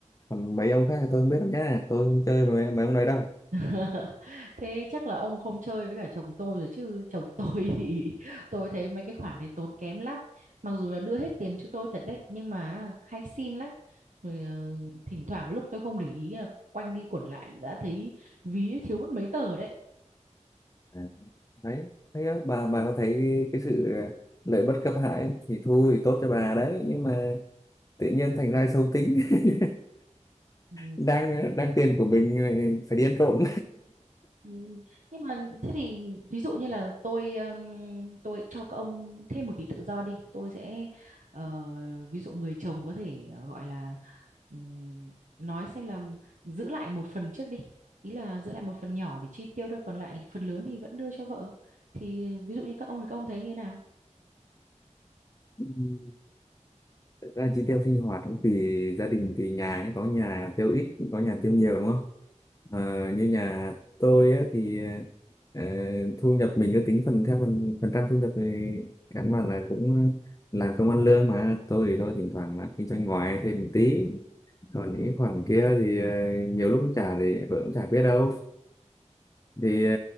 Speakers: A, on the left (about 25°); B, on the right (about 80°).
A: còn mấy ông khác thì tôi không biết đâu nha tôi không chơi với mấy, mấy ông đấy đâu
B: <laughs> Thế chắc là ông không chơi với cả chồng tôi rồi chứ chồng tôi <laughs> thì tôi thấy mấy cái khoản đấy tốn kém lắm. Mặc dù là đưa hết tiền cho tôi thật đấy nhưng mà hay xin lắm. Rồi ờ, thỉnh thoảng lúc tôi không để ý là quanh đi quẩn lại đã thấy ví thiếu mất mấy tờ đấy.
A: À, đấy thấy á, bà bà có thấy cái sự lợi bất cập hại thì thôi tốt cho bà đấy nhưng mà tự nhiên thành ra xấu tính <laughs>
B: Ừ.
A: đang ờ, đang tiền của mình ờ, phải đi ăn trộm
B: Ừ, Nhưng mà thế thì ví dụ như là tôi ừm, tôi cho các ông thêm một tí tự do đi tôi sẽ ờ, ví dụ người chồng có thể ờ, gọi là ừm, nói xem là giữ lại một phần trước đi ý là giữ lại một phần nhỏ để chi tiêu thôi còn lại phần lớn thì vẫn đưa cho vợ thì ví dụ như các ông thì các ông thấy như thế nào
A: Ừ. Thật ra chi tiêu sinh hoạt cũng tùy gia đình tùy nhà nhé. có nhà tiêu ít có nhà tiêu nhiều đúng không Ờ, như nhà tôi á, thì ờ, ờ, thu nhập mình cứ tính phần theo phần phần trăm thu nhập thì căn bản là cũng làm công ăn lương mà tôi thì tôi thỉnh thoảng là kinh doanh ngoài thêm một tí còn những khoản kia thì ờ, nhiều lúc cũng trả thì vợ cũng chả biết đâu thì ờ,